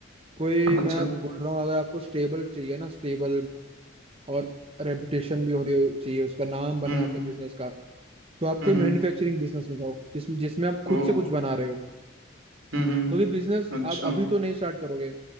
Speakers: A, on the right (about 30°); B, on the right (about 85°).
A: कोई
B: अच्छा
A: मैं बोल रहा हूँ अगर आपको स्टेबल चाहिए ना स्टेबल और रेपुटेशन भी हो रही हो चाहिए उसका नाम बने
B: हम्म
A: आपके बिजनेस का तो आप
B: हम्म
A: कोई
B: हम्म
A: मैन्युफैक्चरिंग बिजनेस में जाओ जिसमें जिसमें आप
B: ओ
A: खुद से कुछ बना रहे हो
B: हम्म हम्म
A: क्योंकि बिजनेस
B: अच्छा
A: आप अभी तो नहीं स्टार्ट करोगे